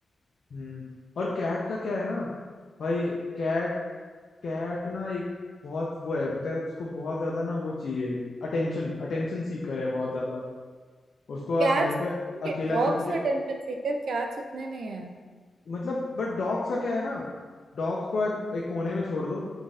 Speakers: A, on the left; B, on the right.
A: हम्म और कैट का क्या है ना भाई कैट कैट ना एक बहुत वो है पता है उसको बहुत ज्यादा ना वो चाहिए अटेंशन अटेंशन सीकर है बहुत ज्यादा उसको आप
B: कैट्स
A: घर पे अकेला
B: डॉग
A: छोड़
B: से
A: के
B: अटेंशन सीकर कैट्स उतने नहीं है
A: मतलब बट डॉग्स का क्या है ना डॉग्स को आप एक कोने में छोड़ दो